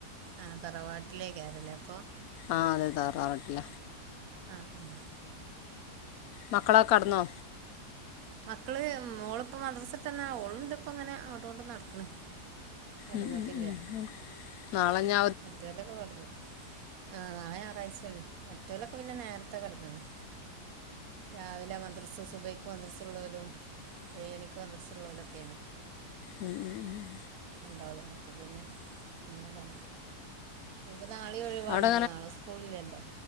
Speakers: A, on the right; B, on the left.
A: ആ തറവാട്ടിലേകാരം അല്ലേ അപ്പൊ
B: ആഹ് അതെ താറവാട്ടില
A: ആഹ് ആഹ്
B: മക്കളൊക്കെ കടന്നോ
A: മക്കള് മോളിപ്പോ മദ്രസട്ട് തന്നെ ഓളിപ്പണ്ട് ഇപ്പ അങ്ങനെ അങ്ങോട്ടങ്ങോട്ട് നടക്കണ് കടന്നിട്ടില്ല
B: ഉം, ഉം, ഉം. ആ നാളെ ഞ
A: മറ്റോലൊക്കെ കടന്നു ആഹ് നാളെ ഞായറാഴ്ചല്ലേ മറ്റോലൊക്കെ പിന്നെ നേരത്തെ കടന്നിണ് രാവിലെ മദ്രസ സുബയ്ക്ക് മദ്രസ ഉള്ളോലും ഏഴുമണിക്ക് മദ്രസ ഉള്ളോലും ഒക്കെയാണ്
B: ഉം ഉം ഉം
A: ണ്ടാളൂ അപ്പോ പിന്നെ അങ്ങനെ കെട ഇനിപ്പോ നാളേം ഒഴിവാണല്ലോ
B: അവിടെ
A: നാളെ സ്‌കു കൂളില്ലല്ലോ